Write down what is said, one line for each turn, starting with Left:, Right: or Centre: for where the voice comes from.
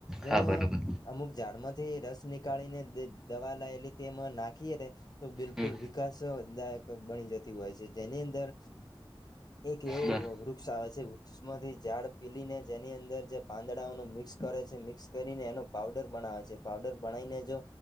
Left: જેમાં
Centre: હા બરોબર
Left: અમુક ઝાડમાંથી રસ નીકાળીને દવા લાયેલી તેમાં નાખીએ ત તો બિલકુલ
Centre: હમ
Left: વિકાસ બની જતી હોય છે જેની અંદર એક એવું
Centre: બરોબર
Left: વૃક્ષ આવે છે વૃક્ષ ઉષ્માથી ઝાડ પીલીને જેની અંદર જે પાંદડાઓનું મિક્સ કરે છે મિક્સ કરીને એનો પાવડર બનાવે છે. પાવડર બનાઈને જો